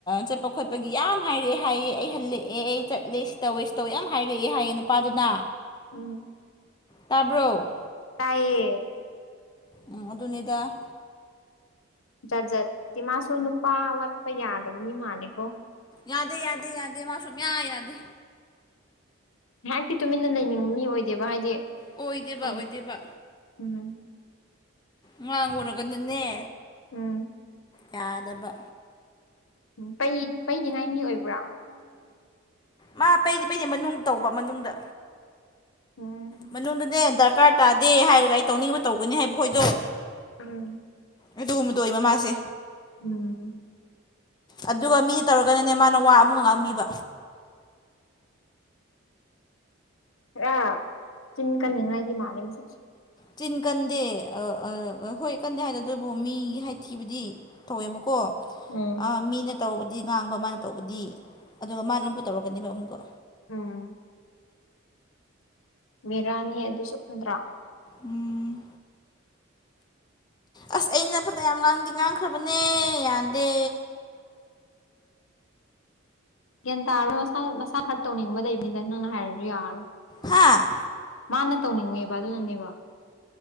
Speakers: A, on the left; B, on the left.
A: ꯆꯠꯄ ꯈꯣꯠꯄꯒꯤ ꯌꯥꯝ ꯍꯥꯏꯔꯛꯑꯦ ꯍꯥꯏꯌꯦ ꯑꯩ ꯑꯩ ꯍꯜꯂꯛꯑꯦ ꯑꯩ ꯆꯠꯂꯦ ꯁꯤ ꯇꯧꯋꯦ ꯁꯤ ꯇꯧꯋꯦ ꯌꯥꯝ ꯍꯥꯏꯔꯛꯑꯦ ꯍꯥꯏꯌꯦ ꯅꯨꯄꯥꯗꯨꯅ
B: ꯎꯝ
A: ꯇꯥꯕ꯭ꯔꯣ
B: ꯇꯥꯏꯌꯦ
A: ꯎꯝ ꯑꯗꯨꯅꯤꯗ
B: ꯖꯥꯠ ꯖꯥꯠꯇꯤ ꯃꯥꯁꯨ ꯅꯨꯄꯥ ꯋꯥꯠꯄ ꯌꯥꯗꯕ ꯃꯤ ꯃꯥꯜꯂꯦꯀꯣ
A: ꯌꯥꯗꯦ ꯌꯥꯗꯦ ꯌꯥꯗꯦ ꯃꯥꯁꯨꯨꯝ ꯌꯥ ꯌꯥꯗꯦ
B: ꯉꯥꯏꯍꯥꯛꯇꯤ ꯇꯨꯃꯤꯟꯅ ꯂꯩꯅꯤꯡꯕ ꯃꯤ ꯑꯣꯏꯗꯦꯕ ꯍꯥꯏꯗꯤ
A: ꯑꯣꯏꯗꯦꯕ
B: ꯈꯪꯗꯦ
A: ꯑꯣꯏꯗꯦꯕ
B: ꯎꯝ
A: ꯉꯥꯡꯉꯨꯔꯥꯒꯅꯥꯅꯦ
B: ꯎꯝ
A: ꯌꯥꯗꯕ
B: ꯎꯝ ꯄꯩ ꯄꯩꯅꯤꯉꯥꯏ ꯃꯤ ꯑꯣꯏꯕ꯭ꯔꯥ
A: ꯃꯥ ꯄꯩꯗꯤ ꯄꯩꯗꯤ ꯃꯅꯨꯡꯗ ꯇꯧꯕ ꯃꯅꯨꯡꯗ
B: ꯎꯝ
A: ꯃꯅꯨꯡꯗꯥꯅꯦ ꯗꯔꯀꯥꯔ ꯇꯥꯗꯦ ꯍꯥꯏꯔꯒ ꯑꯩ ꯇꯧꯅꯤꯡꯕ ꯇꯧꯒꯥꯅꯤ ꯍꯥꯏꯕ ꯈꯣꯏꯗꯣ
B: ꯎꯝ
A: ꯑꯗꯨꯒꯨꯝꯕꯗꯣ ꯑꯣꯏ ꯃꯃꯥꯁꯦ
B: ꯎꯝ
A: ꯑꯗꯨꯒ ꯃꯤꯅ ꯇꯧꯔꯒꯅꯅꯦ ꯃꯥꯅ ꯋꯥ ꯑꯃꯨꯛꯒ ꯉꯥꯡꯕꯤꯕ
B: ꯈꯔ ꯆꯤꯟ ꯀꯟꯅꯤꯡꯉꯥꯏꯗꯤ ꯃꯥꯜꯂꯦ ꯃꯥꯁꯛꯁꯦ
A: ꯇꯤꯟ ꯀꯟꯗꯦ ꯑ ꯑ ꯍꯣꯏ ꯀꯟꯗꯦ ꯍꯥꯏꯗꯣ ꯑꯗꯨꯕꯨ ꯃꯤꯒꯤ ꯍꯥꯏꯊꯤꯕꯗꯤ ꯇꯧꯋꯦꯕꯥꯀꯣ
B: ꯎꯝ
A: ꯑ ꯃꯤꯅ ꯇꯧꯕꯗꯤ ꯉꯥꯡꯕ ꯃꯥꯅ ꯇꯧꯕꯗꯤ ꯑꯗꯨꯒ ꯃꯥꯅ ꯑꯃꯨꯛꯀꯥ ꯇꯧꯔꯛꯀꯥꯅꯤꯕ ꯑꯃꯨꯛꯀꯥ
B: ꯎꯝ ꯕꯦꯔꯥꯅꯤꯍꯦ ꯑꯗꯨꯁꯨ ꯅꯠꯇ꯭ꯔ
A: ꯎꯝ ꯑꯁ ꯑꯩꯅ ꯐꯖꯌꯥꯝ ꯉꯥꯡꯗꯤ ꯉꯥꯡꯈ꯭ꯔꯕꯅꯦ ꯌꯥꯗꯦ
B: ꯒ꯭ꯌꯥꯟ ꯇꯥꯔꯔꯣꯏ ꯃꯁꯥ ꯃꯁꯥꯅ ꯈꯔ ꯇꯧꯅꯤꯡꯕ ꯂꯩꯕꯅꯤꯗ ꯅꯪꯅ ꯍꯥꯏꯔꯁꯨ ꯌꯥꯔꯔꯣꯏ
A: ꯍꯥꯥ
B: ꯃꯥꯅ ꯇꯧꯅꯤꯡꯉꯦꯕ ꯑꯗꯨꯅꯅꯦꯕ